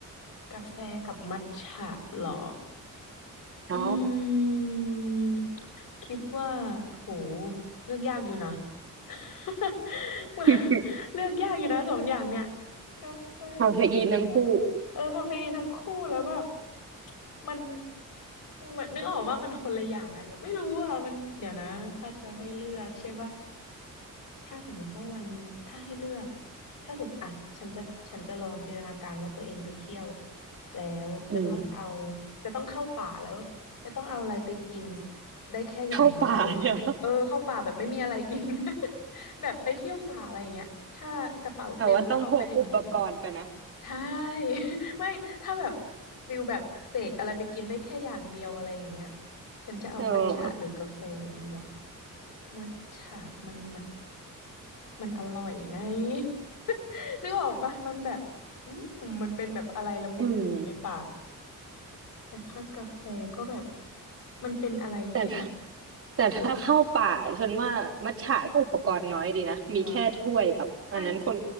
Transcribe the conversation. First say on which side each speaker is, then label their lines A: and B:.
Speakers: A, on the left; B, on the right.
A: กาแฟกับมัทฉะเหรอ
B: ใช่
A: อืมคิดว่าโหเลือกยากอยู่นะ <laughs> เหมือน
B: <laughs>
A: เลือกยากอยู่นะสองอย่างเนี่ยกาแฟก็ชอบ
B: คาเฟอีนทั้งคู่
A: เออคาเฟอีนทั้งคู่แล้วแบบมันมันนึกออกว่ามันคนละอย่างกันไม่รู้อ่ะมันเดี๋ยวนะถ้าจะให้เลือกใช่ปะ ถ้าสมมุติว่าวันถ้าให้เลือกถ้าสมมติอ่ะฉันจะฉันจะลองจินตนาการว่าตัวเองไปเที่ยวแล้วจะต้องเอา
B: อืม
A: จะต้องเข้าป่าแล้วจะต้องเอาอะไรไปกินได้แค่อย่างเดียว
B: เข้าป่าเลยเหรอ
A: เออเข้าป่าแบบไม่มีอะไรกิน <laughs> แบบไปเที่ยวป่าอะไรอย่างเงี้ยถ้ากระเป๋าเต็มแล้วเอาไปได้แค่อย่าง
B: แต่ว่าต้องพกอุปกรณ์ไปนะ
A: ใช่ <laughs> ไม่ถ้าแบบฟิลแบบเสกอะไรไปกินได้แค่อย่างเดียวอะไรอย่างเงี้ยฉันจะเอามัทฉะหรือกาแฟดีวะ
B: เออ
A: มัทฉะมันแบบ มันอร่อยไง <laughs> นึกออกปะมันแบบอืมมันเป็นแบบอะไรละมุนละมุนอยู่ในปาก
B: อืม
A: แต่ถ้ากาแฟก็แบบมันเป็นอะไรที่แบบ
B: แต่ถ้าแต่ถ้าเข้าป่าฉันว่ามัทฉะก็อุปกรณ์น้อยดีนะมีแค่ถ้วยกับอันนั้นคน
A: เออเหรอไม่